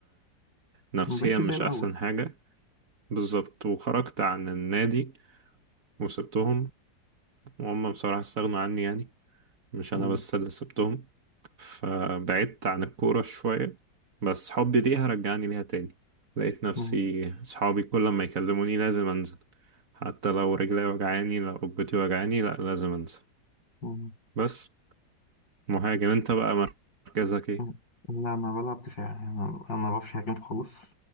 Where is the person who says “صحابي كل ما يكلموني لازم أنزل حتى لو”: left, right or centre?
Right